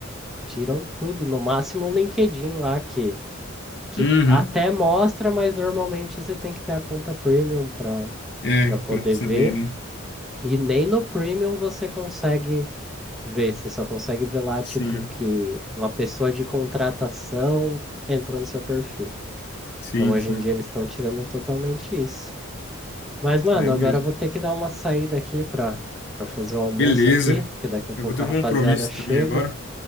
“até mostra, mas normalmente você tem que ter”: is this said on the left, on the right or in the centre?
Centre